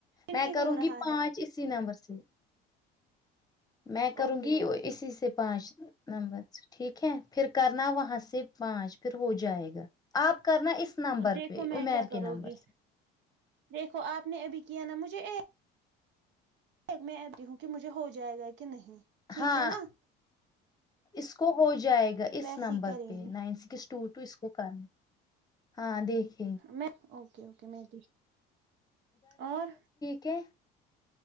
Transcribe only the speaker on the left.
میں
کروں
گی پانچ
اسی نمبر سے میں کروں
گی
اسی سے پانچ نمبر ٹھیک ہے پھر کرنا وہاں سے پانچ پھر ہو جائے گا آپ کرنا اس نمبر
پہ
عمیر
کے نمبر
سے
ہاں
اس کو ہو جائے گا اس
نمبر
پہ
نائن سکس ٹو ٹ اس کو کرنا ہاں دیکھ
کہ <unintelligible>